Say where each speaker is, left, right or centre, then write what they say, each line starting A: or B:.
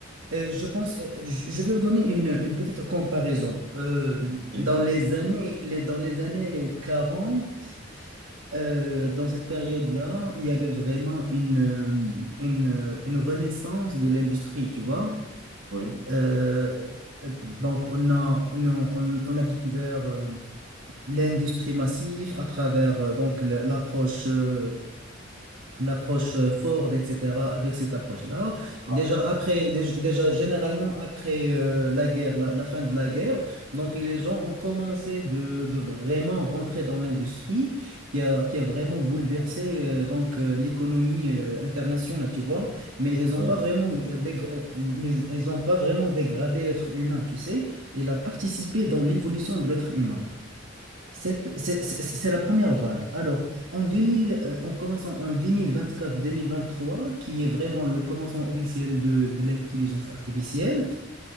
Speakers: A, on the right; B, on the right.
A: euh, je pense, euh, je je vais vous donner une, une petite comparaison. Euh,
B: OK?
A: dans les années, les- dans les années 40, euh, dans cette période-là, il y avait vraiment une, euh, une, euh, une renaissance de l'industrie, tu vois.
B: Ouais,
A: Euh, donc, on a, on a, on- on a découvert euh, l'industrie massive à travers euh, donc l- l'approche euh, l'approche euh, Ford, etc., avec cette approche-là. Ah, Déjà après, déj- déjà généralement après euh, la guerre, la, la fin de la guerre, donc les gens ont commencé de, de vraiment rentrer dans l'industrie qui a, qui a vraiment bouleversé euh, donc euh, l'économie euh, internationale, tu vois. Mais ils n'ont
B: ouais,
A: pas vraiment euh, dég- euh, mais ils ont pas vraiment dégradé l'être humain, tu sais. Il a participé dans l'évolution de l'être humain. Cette- C'est c'est- c'est la première vague. Alors, en 2000, euh, en commençant en 2024-2023, qui est vraiment le commencement officiel de, de l'intelligence artificielle,